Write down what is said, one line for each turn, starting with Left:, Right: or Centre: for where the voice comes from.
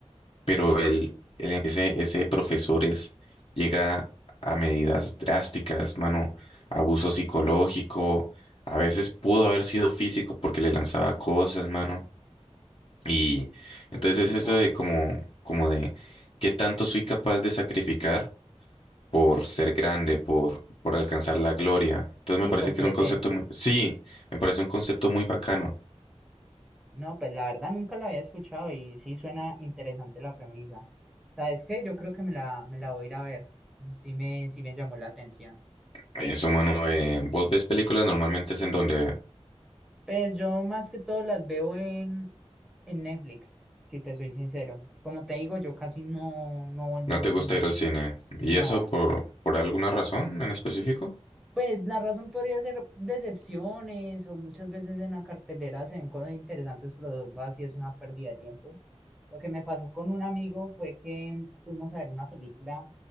Left: pero el, el- ese, ese profesor es, llega a medidas drásticas, mano, abuso psicológico, a veces pudo haber sido físico porque le lanzaba cosas, mano. Y
Centre: muy
Left: entonces
Centre: brutal.
Left: es eso de como, como de qué tanto soy capaz de sacrificar por ser grande, por, por alcanzar la gloria. Entonces
Centre: Sí,
Left: me parece
Centre: por
Left: que
Centre: crecer.
Left: es un concepto muy, sí, me parece un concepto muy bacano.
Centre: No, pues la verdad nunca la había escuchado y sí suena interesante la premisa. ¿Sabes qué? Yo creo que me la, me la voy a ir a ver. Sí me, sí me llamó la atención.
Left: Eso, mano, eh, vos ves películas normalmente es en donde
Centre: Pues yo más que todo las veo en, en Netflix, si te soy sincero. Como te digo, yo casi no, no volví
Left: no
Centre: al
Left: te
Centre: cine.
Left: gusta ir al cine.
Centre: No.
Left: ¿Y eso por, por alguna razón en específico?
Centre: Pues la razón podría ser decepciones o muchas veces en la cartelera se ven cosas interesantes, pero así es una pérdida de tiempo. Lo que me pasó con un amigo fue que fuimos a ver una película